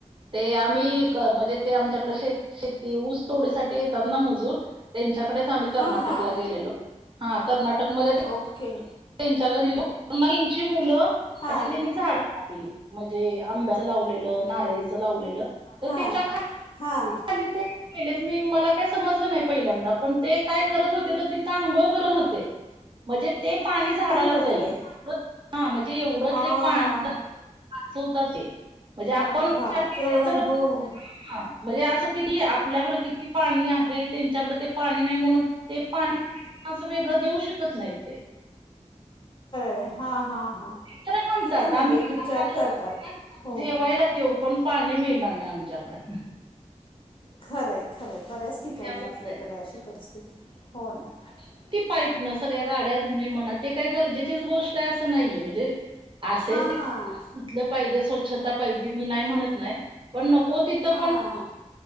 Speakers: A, on the right (about 40°); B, on the left (about 45°).
A: ते आम्ही
B: हो.
A: म्हणजे, ते आमच्याकडे शेती ती ऊस तोडीसाठी येतात ना मजूर त्यांच्याकडेच, आम्ही कर्नाटकला
B: हां, हां.
A: गेलेलो. हां, कर्नाटकमध्ये ते
B: ओके.
A: त्यांच्या घरी गेलो. त्यांची मुलं,
B: हां.
A: अशी त्यांनी झाडं म्हणजे आंब्याचं लावलेलं, नारळीच च लावलेलं, तर
B: हां
A: त्याच्या खाली
B: हां.
A: ते गेलेत. मी, मला काय समजलं नाही पहिल्यांदा. पण ते काय करत होते? तर तिथ अंघोळ करत होते, मजेत. ते
B: म्हणजे
A: पाणी झाडाला जाईल.
B: ते
A: मत हां, म्हणजे एवढं
B: तिथं म्हणजे
A: ते पाण्याला वाचवतात ते. म्हणजे आपण
B: बघा
A: विचार केला
B: केवढं
A: तर,
B: हो. तर हा
A: हां. म्हणजे असं किती? आपल्याकडं किती पाणी आहे? त्यांच्याकडे ते पाणी नाही, म्हणून ते पाणी असं, वेगळं देऊ शकत नाहीत ते.
B: ली, हां. हां. हां.
A: खरं म्हणतात,
B: किती म्हणजे
A: आम्ही इथ
B: विचार करतात हो.
A: जेवायला देऊ, पण पाणी मिळणार नाही आम विचारतात ना.
B: खरंय आहे खरंय. बऱ्याच ठिकाणी
A: अशी अवस्था
B: आपल्याकडे
A: आहे.
B: अशी परिस्थिती, हो ना, आणि
A: पाईपन सगळ्या गाड्या धुणे म्हणा, ते काही गरजेचीच गोष्ट आहे असं नाहीये. म्हणजे असेल
B: हां
A: ते धुतलं पाहिजे, स्वच्छता पाहिजे, मी नाही म्हणत नाही. पण नको तिथं
B: हां
A: पण